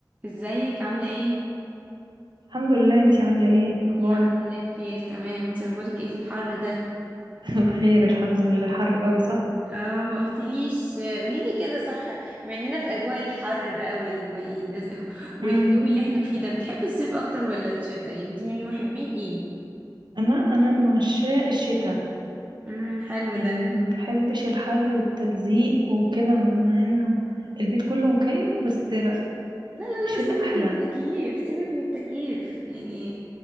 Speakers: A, on the right; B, on the right.
A: ازيك عاملة ايه؟
B: الحمد لله انتي عاملة ايه اخبارك
A: الحمد لله بخير تمام انت اخبارك ايه في الحر ده؟
B: <laughs> بخير الحمد لله حر قوي صح
A: اه ما قلتليش قوليلي كده صح بما اننا في اجواء الحر بقى وال... وال... <laughs> والجو
B: امم
A: اللي احنا فيه ده بتحبي الصيف اكتر ولا الشتاء؟ يعني انت من محبين ايه؟
B: انا انا من عشاق الشتاء
A: امم حلو
B: يعني
A: ده
B: ما بحبش الحر والتلزيق وكده مع انه البيت كله مكيف بس لا
A: لا لا لا
B: الشتاء
A: سيبك
B: احلى
A: من التكييف سيبك من التكييف يعني